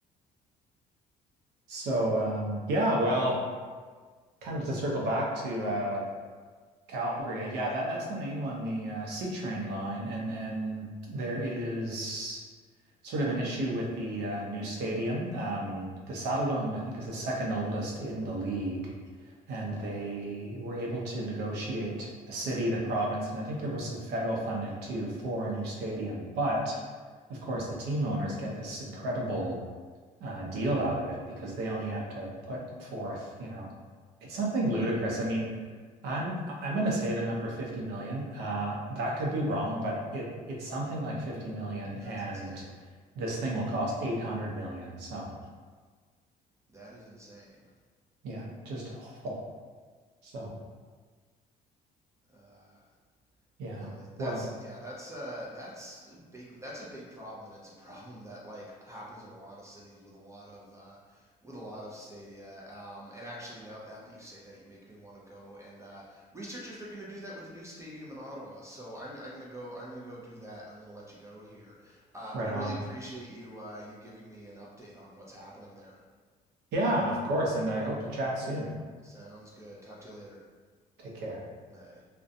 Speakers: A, on the right; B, on the right.
A: So um, yeah, well, kind of to circle back to uh, Calgary, uh, yeah, that that's the main one, the uh, C train line, and then there is sort of an issue with the uh, new stadium. Um, the Saddle Dome, I think, is the second oldest in the league, and they were able to negotiate the city, the province, and I think there was some federal funding too for a new stadium. But of course, the team owners get this incredible uh, deal out of it because
B: hmm
A: they only have to put forth, you know, it's something ludicrous. I mean, I'm I'm going to say the number 50 million. Uh, that could be wrong, but it it's something like 50 million,
B: That's
A: and
B: insane.
A: this thing will cost 800 million. So
B: That is insane.
A: yeah, just awful. So
B: Uh,
A: yeah,
B: No, that that's
A: well,
B: yeah, that's uh that's a big that's a big problem and it's a problem that like happens in a lot of cities with a lot of uh with a lot of stadia. Um and actually now now that you say that you make me want to go and uh research if they're going to do that with the new stadium in Ottawa. So I'm I'm going to go I'm going to go do that and I'm going to let you go here. Uh but
A: right
B: I really
A: on.
B: appreciate you uh you giving me an update on what's happening there.
A: Yeah, of course, and I hope to chat soon.
B: Sounds good. Talk to you later.
A: Take care.
B: Bye.